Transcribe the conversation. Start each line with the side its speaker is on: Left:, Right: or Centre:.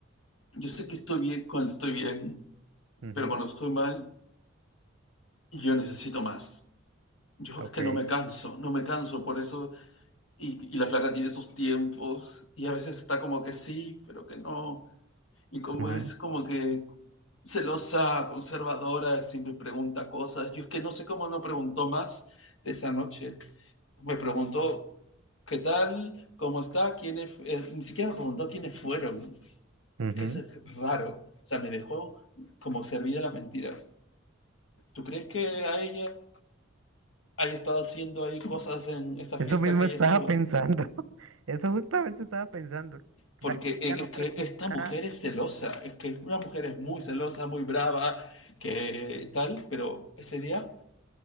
Left: yo sé que estoy bien cuando estoy bien,
Right: Ujú,
Left: pero cuando estoy mal, yo necesito más. Yo
Right: Ok.
Left: es que no me canso, no me canso, por eso, y, y la flaca tiene esos tiempos, y a veces está como que sí, pero que no, y como
Right: ujú,
Left: es como que celosa, conservadora, siempre pregunta cosas, yo es que no sé cómo no preguntó más de esa noche, me preguntó qué tal, cómo está, quiénes, eh, ni siquiera me preguntó quiénes fueron. Es
Right: ujú,
Left: que
Right: ujú.
Left: eso es raro. O sea, me dejó como servida la mentira. ¿Tú crees que a ella haya estado haciendo ahí cosas en esa
Right: Eso
Left: fiesta
Right: mismo
Left: que
Right: estaba
Left: ella estuvo?
Right: pensando. <laughs> Eso justamente estaba pensando.
Left: Porque
Right: O sea, que
Left: eh,
Right: ya no
Left: es
Right: pregunto
Left: que esta
Right: nada.
Left: mujer es celosa, es que una mujer es muy celosa, muy brava, que tal, pero ese día